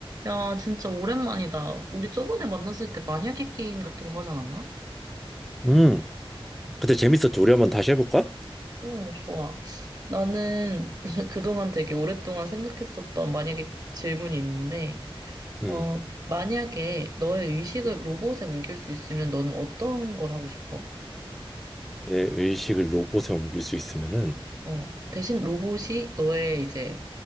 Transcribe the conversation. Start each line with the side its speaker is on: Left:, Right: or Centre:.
Right: 야, 진짜 오랜만이다. 우리 저번에 만났을 때 만약에 게임 같은 거 하지 않았나?
Centre: 음, 그때 재밌었죠. 우리 한번 다시 해볼까?
Right: 응, 좋아. 나는 <laughs> 그동안 되게 오랫동안 생각했었던 만약에 질문이 있는데,
Centre: 음,
Right: 어, 만약에 너의 의식을
Centre: 음.
Right: 로봇에 옮길 수 있으면 너는 어떤 걸 하고 싶어?
Centre: 내 의식을 로봇에 옮길 수 있으면은,
Right: 어, 대신 로봇이 너의 이제